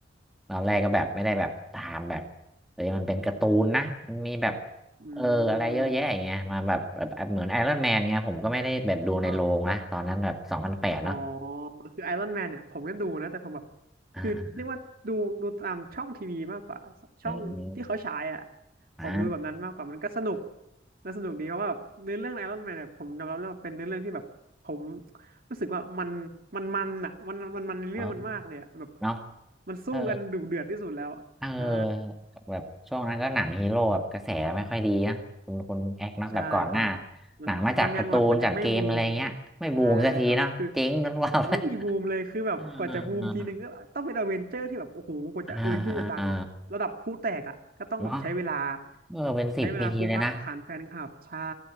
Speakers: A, in the centre; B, on the right.
A: ตอนแรกก็แบบไม่ได้แบบตามแบบเอ้ยมันเป็นการ์ตูนนะมันมีแบบ
B: อื
A: เอออะไรเยอะแยะอย่างเงี้ยมาแบบแบบแบบเหมือนไอรอนแมนเงี้ยผมก็ไม่ได้แบบดูในโรงนะตอนนั้นแบบสองพันแปดเนาะ
B: มอ๋อ อ๋อคือไอรอนแมนเนี่ยผมก็ดูนะแต่ผมแบบ
A: อ่า
B: คือเรียกว่าดูดูตามช่องทีวีมากกว่าช่องที่เขาฉายอ่ะ
A: อืมอ่า
B: ผมดูแบบนั้นมากกว่ามันก็สนุกน่าสนุกดีเพราะว่าแบบเนื้อเรื่องไอรอนแมนเนี่ยผมยอมรับเลยว่าเป็นเนื้อเรื่องที่แบบผมรู้สึกว่ามันมันมันอ่ะมันมันมันในเรื่องมันมากเลยอ่ะแบบ
A: อ๋อเนาะ
B: มันสู้กันดุเดือดที่สุดแล้วอะใช่
A: เออเออแบบช่วงนั้นก็หนังฮีโร่แบบกระแสไม่ค่อยดีนะคุณคุณแอกเนาะแบบก่อนหน้า
B: ใช่ครับมันมันยังแบบมันยังไม่บูม
A: หนังมาจากการ์ตูนจากเกมอะไรเงี้ยไม่บูมสักทีเนาะเจ๊งกันเปล่า
B: ใช่ครับคือไม่มีบูมเลยคือแบบกว่าจะบูมทีนึงก็ต้องเป็นอเวนเจอร์ที่แบบโอ้โหกว่าจะอเวนเจอร์จะดังแบบระดับผู้แตกอ่ะก็ต้องแบบใช้เวลา
A: <laughs> เอ่าอ่าอ่าอ่าเนาะเออเป็นสิบปีเลยนะ
B: ใช้เวลาฟูมพักฐานแฟนคลับใช่